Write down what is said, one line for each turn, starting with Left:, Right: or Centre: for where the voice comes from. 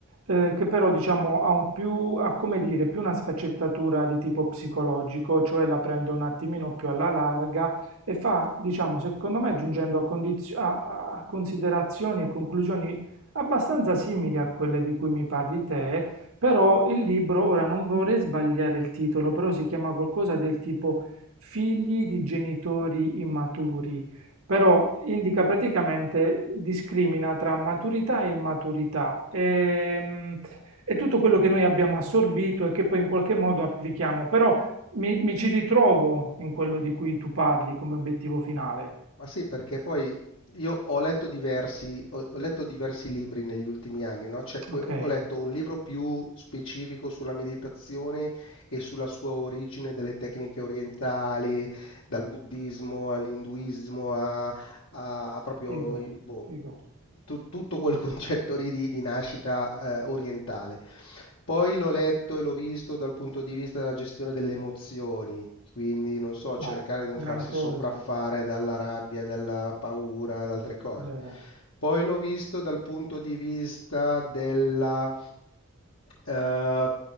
Right: eh, che però diciamo ha un più, ha come dire, più una sfaccettatura di tipo psicologico, cioè la prende un attimino più alla larga e fa, diciamo, secondo me giungendo a, condizio- a a considerazioni e conclusioni abbastanza simili a quelle di cui mi parli te, però il libro, ora non vorrei sbagliare il titolo, però si chiama qualcosa del tipo figli di genitori immaturi, però indica praticamente, discrimina tra maturità e immaturità. Ehm, è tutto quello che noi abbiamo assorbito e che poi in qualche modo applichiamo, però mi, mi ci ritrovo in quello di cui tu parli come obiettivo finale.
Left: Ma sì, perché poi io ho letto diversi, ho, ho letto diversi libri negli ultimi anni, no? C'è que-
Right: Ok,
Left: ho letto un libro più specifico sulla meditazione e sulla sua origine delle tecniche orientali, dal buddismo all'induismo a, a- a proprio
Right: figo,
Left: boh,
Right: figo,
Left: tu- tutto quel <laughs> concetto lì di, di nascita eh, orientale. Poi l'ho letto e l'ho visto dal punto di vista della gestione delle emozioni, quindi non so, cercare
Right: vai,
Left: di non
Right: gran
Left: farsi
Right: cosa,
Left: sopraffare dalla rabbia, dalla paura, da altre cose.
Right: vero?
Left: Poi l'ho visto dal punto di vista della, eh,